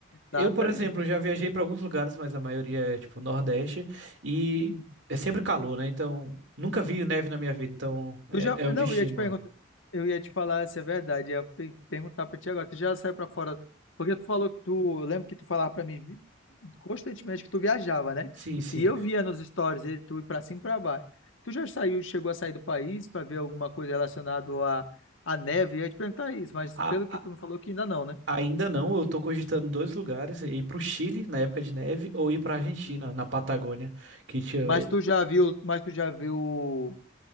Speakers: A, on the left; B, on the right.
A: Exatamente.
B: Eu, por exemplo, já viajei pra alguns lugares, mas a maioria é, tipo, Nordeste. E
A: Uhum.
B: é sempre calor, né? Então, nunca vi neve na minha vida. Então, é,
A: Tu já.
B: é
A: Não,
B: um destino
A: eu ia te perguntar.
B: lá.
A: Eu ia te falar se é verdade. Ia pe- perguntar pra ti agora. Tu já saiu pra fora. Porque tu falou que tu. Lembra que tu falava pra mim vi- constantemente que tu viajava, né?
B: Sim, sim.
A: E eu via nos stories ele, tu ir pra cima e pra baixo. Tu já saiu, chegou a sair do país pra ver alguma coisa relacionada à, à neve? Eu ia te perguntar isso, mas
B: A-
A: pelo que tu me falou que ainda não, né?
B: ainda não, eu tô cogitando dois lugares. Ir pro Chile, na época de neve, ou ir pra Argentina,
A: Uhum.
B: na Patagônia. Que tinha.
A: Mas tu já viu. Mas tu já viu.